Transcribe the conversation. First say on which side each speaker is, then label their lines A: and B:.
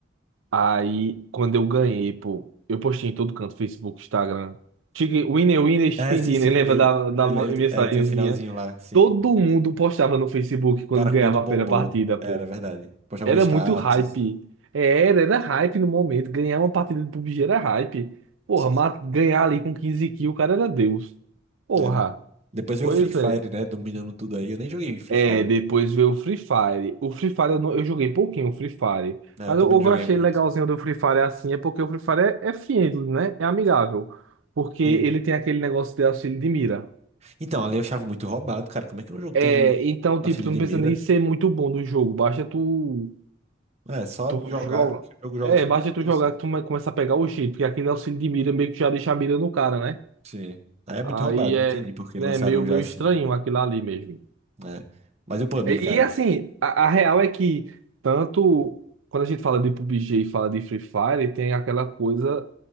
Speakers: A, on the right; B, on the right.
A: Aí, quando eu ganhei, pô, eu postei em todo canto, Facebook, Instagram. Chicken, winner, winner, chicken
B: É, sim,
A: dinner,
B: sim.
A: lembra
B: Ele,
A: da, da
B: ele,
A: ma-
B: ele-
A: mensagenzinha?
B: é, tem um finalzinho lá, sim.
A: Todo mundo postava no Facebook quando
B: Cara,
A: ganhava
B: quando bombou.
A: a primeira partida, pô.
B: Era verdade. Postava
A: Era
B: no status.
A: muito hype. É, Era, era hype no momento. Ganhar uma partida de PUBG era hype. Porra,
B: Sim,
A: ma-
B: sim.
A: ganhar ali com 15 kills, o cara era Deus. Porra,
B: Era. Depois veio
A: pois
B: o Free Fire,
A: é.
B: né? Dominando tudo aí. Eu nem joguei Free
A: É,
B: Fire.
A: depois veio o Free Fire. O Free Fire eu, não- eu joguei pouquinho o Free Fire.
B: né,
A: Mas
B: Eu também
A: eu, eu
B: não joguei
A: achei
B: muito.
A: legalzinho do Free Fire assim, é porque o Free Fire é, é friendly, né? É amigável. Porque
B: Sim.
A: ele tem aquele negócio de auxílio de mira.
B: Então, ali eu achava muito roubado, cara. Como é que um jogo
A: É,
B: tem
A: então,
B: auxílio
A: tipo, tu
B: de
A: não precisa
B: mira?
A: nem ser muito bom no jogo. Basta tu,
B: É, só
A: tu
B: jogar
A: joga.
B: que o jogo joga
A: É,
B: sobre
A: basta
B: você.
A: tu jogar que tu come- começa a pegar o jeito. Porque aquele auxílio de mira meio que já deixa a mira no cara, né?
B: Sim. Aí É muito
A: Aí
B: roubado,
A: é,
B: não entendi porque
A: né,
B: lançaram
A: meio,
B: já
A: meio
B: assim,
A: estranho aquilo ali mesmo.
B: né? Mas e o PUBG,
A: E
B: cara?
A: e, assim, a, a real é que tanto quando a gente fala de PUBG e fala de Free Fire, tem aquela coisa